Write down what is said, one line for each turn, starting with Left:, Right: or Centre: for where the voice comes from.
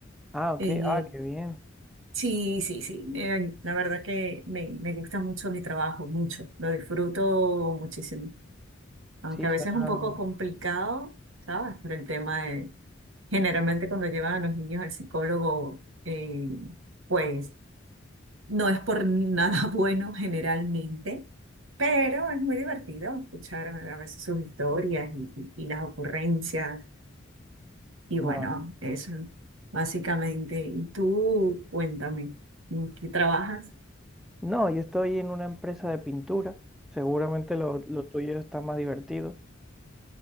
Centre: Ah, ok,
Right: Eh,
Centre: ah, qué bien.
Right: sí, sí, sí. eh, la verdad que me, me gusta mucho mi trabajo, mucho. Lo disfruto muchísimo. Aunque
Centre: Sí,
Right: a
Centre: suena
Right: veces es un poco complicado, ¿sabes? Por el tema de, generalmente cuando llevan a los niños al psicólogo, eh, pues No es por nada <laughs> bueno generalmente, pero es muy divertido escuchar a veces sus historias y, y las ocurrencias. Y
Centre: claro.
Right: bueno, eso básicamente. Y tú, cuéntame, ¿en qué trabajas? <laughs>
Centre: No, yo estoy en una empresa de pintura. Seguramente lo, lo tuyo está más divertido,